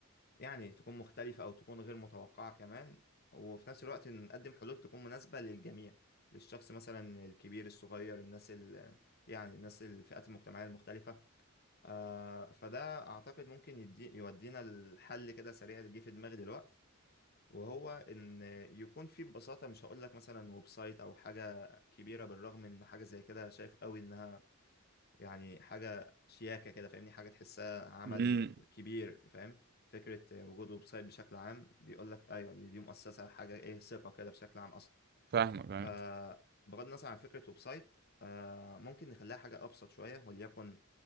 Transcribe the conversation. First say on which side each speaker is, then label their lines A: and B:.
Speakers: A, on the left; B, on the right.
A: يعني تكون مختلفة او تكون غير متوقعة كمان وفي نفس الوقت نقدم حلول تكون مناسبة للجميع للشخص مثلا الكبير الصغير الناس ال يعني الناس الفئات المجتمعية المختلفة آه فده اعتقد ممكن يدي يودينا الحل كده سريع اللي جه في دماغي دلوقتي وهو ان يكون فيه ببساطه مش هقول لك مثلا ويب سايت او حاجه كبيره بالرغم ان حاجه زي كده شايف قوي انها يعني حاجه شياكه كده فاهمني حاجه تحسها عمل
B: امم
A: كبير فاهم فكره وجود ويب سايت بشكل عام بيقول لك ايوه ان دي مؤسسه حاجه ايه ثقه كده بشكل عام اصلا
B: فاهمك فاهمك
A: فبغض النظر عن فكره ويب سايت آه ممكن نخليها حاجه ابسط شويه وليكن